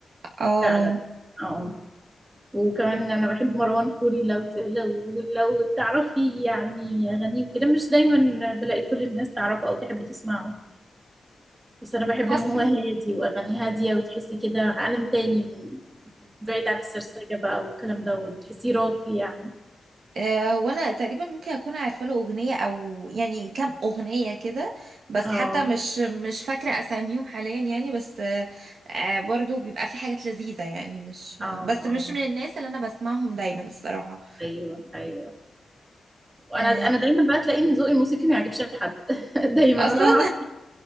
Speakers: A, on the right (about 75°); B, on the right (about 25°).
A: اه
B: فعلا اه وكمان انا بحب مروان خوري لو ت... لو لو تعرفي يعني اغانيه كده مش دايما بلاقي كل الناس تعرفه او تحب تسمعه بس انا بحب
A: عاصم
B: ان هو هادي واغاني هاديه وتحسي كده عالم تاني م- بعيد عن السرسجه بقى والكلام ده وتحسيه راقي يعني
A: آه، وانا تقريبا ممكن اكون عارفه له اغنيه او يعني كام اغنيه كده بس
B: اه
A: حتى مش مش فاكره اساميهم حاليا يعني بس آه، آه، برضو بيبقى في حاجات لذيذه يعني مش
B: اه
A: بس مش
B: اه
A: من الناس اللي انا بسمعهم دايما الصراحه
B: ايوه ايوه وانا
A: آه،
B: انا دايما بقى تلاقي ان ذوقي الموسيقي ما يعجبش حد <laughs> دايما
A: اصلا
B: انا ما اعرفش